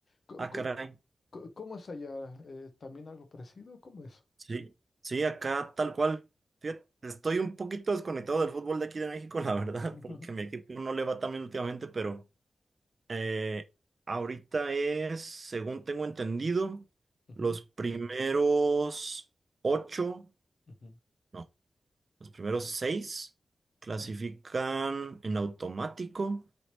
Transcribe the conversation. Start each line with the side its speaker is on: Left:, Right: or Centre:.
Left: Co-
Right: Ah,
Left: co-
Right: caray.
Left: co- ¿Cómo es allá? Eh, ¿también algo parecido? ¿Cómo es?
Right: Sí, sí, acá tal cual. Fíjate, estoy un poquito desconectado del fútbol de aquí de México, <laughs> la verdad,
Left: <laughs>
Right: porque mi equipo no le va tan bien últimamente, pero... Eh, ahorita es, según tengo entendido,
Left: Ujú,
Right: los primeros ocho,
Left: ujú,
Right: no, los primeros seis clasifican
Left: ujú.
Right: en automático